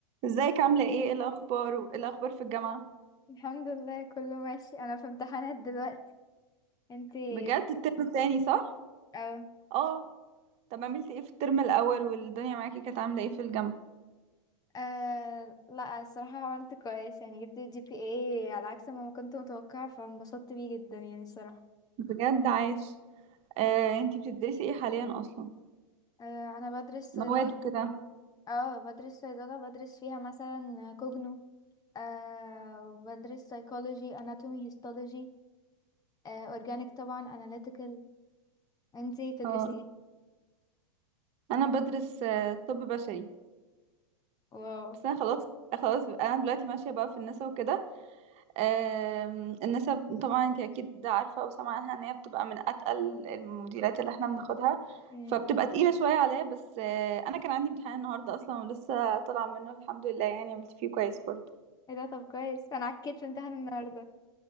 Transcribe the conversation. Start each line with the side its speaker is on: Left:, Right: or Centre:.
Right: ازيك عاملة ايه ايه الأخبار وايه الأخبار في الجامعة
Left: الحمد لله كله ماشي انا في امتحانات دلوقتي انتي
Right: بجد الترم التاني صح؟
Left: اه
Right: اه طب عملتي ايه في الترم الأول والدنيا معاكي كانت عاملة ايه في الجامعة؟
Left: آه، لا الصراحة عملت كويس يعني جبت جي بي اي على عكس ما ما كنت متوقعة فانبسطت بيه جدا يعني الصراحة
Right: بجد عاش آه، انتي بتدرسي ايه حاليا أصلا؟
Left: آه، انا بدرس
Right: مواد
Left: صيدلة
Right: وكده
Left: اه بدرس صيدلة بدرس فيها مثلا كوجنو آه وبدرس سايكولوجي اناتومي هيستولوجي آه اورجانيك طبعا اناليتيكال انتي بتدرسي
Right: اه
Left: ايه
Right: أنا بدرس آه، طب بشري
Left: واو
Right: بس أنا خلاص خلاص بقى- أنا دلوقتي ماشية بقى في النسا وكده آم، النسب طبعا انت اكيد عارفه او سامعه عنها ان هي بتبقى من اتقل المديرات اللي احنا بناخدها
Left: امم
Right: فبتبقى تقيله شويه عليا بس آه، انا كان عندي امتحان النهارده اصلا ولسه طالعه منه الحمد لله يعني عملت فيه كويس برضه
Left: ايه ده طب كويس انا عكيت في امتحان النهارده